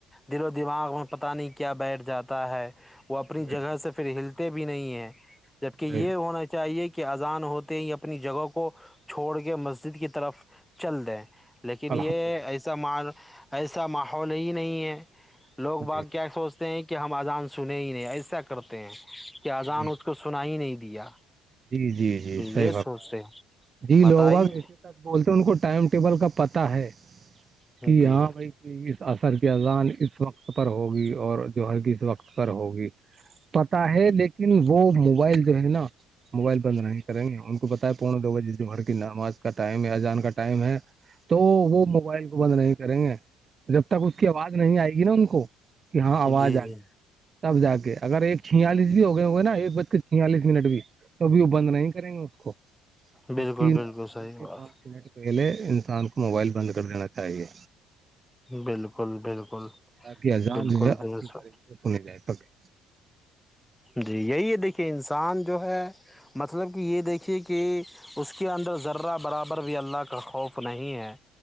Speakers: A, in the centre; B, on the right (about 35°).
A: دل و دماغ میں پتہ نہیں کیا بیٹھ جاتا ہے وہ اپنی
B: بے
A: جگہ
B: شک
A: سے پھر ہلتے بھی نہیں ہیں جبکہ یہ
B: بے شک
A: ہونا چاہیے کہ کہ اذان ہوتے ہی اپنی جگہ کو چھوڑ کے مسجد کی طرف چل دیں لیکن یہ
B: الحمد للہ
A: ایسا م ایسا ماحول ہی نہیں ہے لوگ
B: جی
A: بعات کیا سوچ کہ ہم اذان سنے ہی نہیں ایسا کرتے ہیں کہ
B: جی
A: اذان اس کو سنا ہی نہیں دیا
B: جی جی جی
A: تو یہ
B: صحیح بات
A: سوچتے ہیں
B: جی
A: بتائیے
B: لوگ با بولتے ان کو ٹائم ٹیبل کا پتا ہے کہ
A: جی
B: ہاں بھائی کہ اس اثر کی اذان اس وقت پر ہوگی اور جو ہے کس وقت پر ہوگی پتاہ ہے لیکن وہ موبائل جو ہے نا موبائل بند نہیں کریں گی ان کو بتائے پونے دو بجے جہر کی نماز کا ٹائم ہے اجان کا ٹائم ہے تو وہ موبائل کو بند نہیں کریں گے جب تک اس کی آواز نہیں آئے گی نا ان کو کہ ہاں آواز
A: جی
B: آ
A: جی
B: گئی تب جا کے اگر ایک چھیالیس بھی ہو گئے ہو گئے نا ایک بج کے چھیالیس منٹ بھی توبھی وہ بند نہیں کریں گے اس کو
A: بالکل
B: جبک کےچ
A: بالکل صحیح بات
B: نٹ پہلے انسان کو موبائل بند کر دینا چاہیے
A: بالکل بالکل
B: تاکہ اجان
A: بالکل
B: جو ہے
A: درست
B: اچھی تاریخ سے سنی جائے سکے
A: جی یہی ہے دیکھیے انسان جو ہے مطلب کہ یہ دیکھیے کہ اس کے اندر ذرہ برابر بھی اللہ کا خوف نہیں ہے